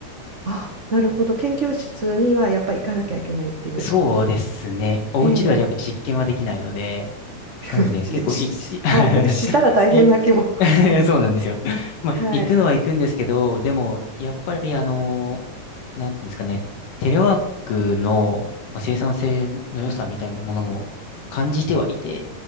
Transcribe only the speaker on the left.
そうですね。お家ではやっぱ実験はできないので、
なので、
結構い、
い、<laughs>
い <laughs> そうなんですよ。<laughs> まあ、
行くのは行くんですけど、でも、やっぱりあの、なんていうんですかね、テレワークの、まあ、生産性の良さみたいなものも感じてはいて、